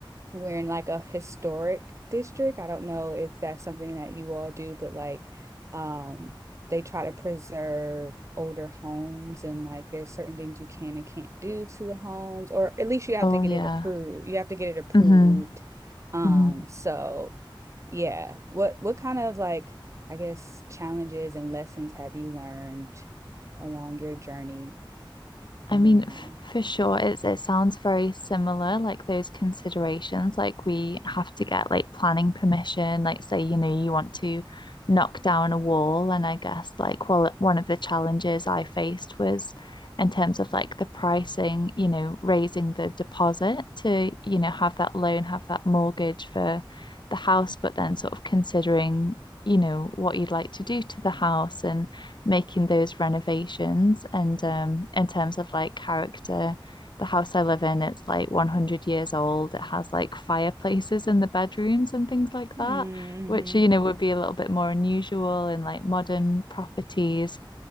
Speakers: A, on the right (about 35°); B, on the left (about 60°).
A: we're in like a historic district. I don't know if that's something that you all do, but like um they try to preserve older homes and like there's certain things you can and can't do to the homes, or at least you have
B: Oh
A: to get
B: yeah.
A: it approved. You have to get it approved.
B: hmm
A: Um,
B: hmm
A: so yeah. What what kind of like I guess challenges and lessons have you learned along your journey
B: I
A: owning
B: mean,
A: a home?
B: f for sure, it's it sounds very similar, like those considerations. Like we have to get like planning permission, like say, you know, you want to knock down a wall. And I guess like well, one of the challenges I faced was in terms of like the pricing, you know, raising the deposit to, you know, have that loan, have that mortgage for the house, but then sort of considering, you know, what you'd like to do to the house and making those renovations and um in terms of like character the house I live in it's like 100 years old it has like fireplaces in the bedrooms and things like that
A: Mm-hmm.
B: which you know would be a little bit more unusual in like modern properties